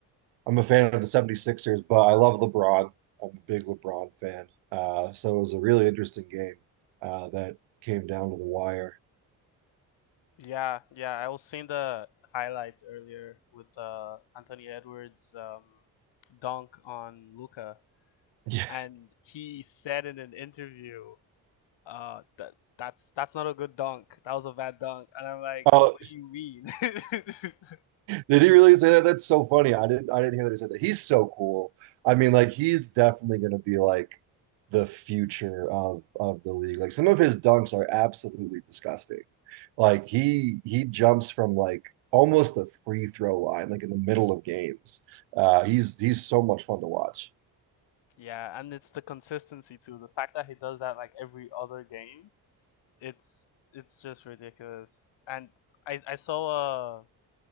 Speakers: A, on the right; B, on the left.
A: I'm a fan of the 76ers, but I love LeBron. I'm a big LeBron fan. Uh, so it was a really interesting game uh, that came down to the wire. <laughs>
B: Yeah, yeah, I was seeing the highlights earlier with uh, Anthony Edwards' um, dunk on Luca,
A: Yeah.
B: and he said in an interview, uh, that that's that's not a good dunk. That was a bad dunk, and I'm like,
A: Oh,
B: what do you mean? <laughs>
A: Did he really say that? That's so funny. I didn't I didn't hear that he said that. He's so cool. I mean, like he's definitely gonna be like the future of of the league. Like some of his dunks are absolutely disgusting. Like he he jumps from like almost the free throw line, like in the middle of games. Uh he's he's so much fun to watch.
B: Yeah, and it's the consistency too. The fact that he does that like every other game, it's it's just ridiculous. And I I saw a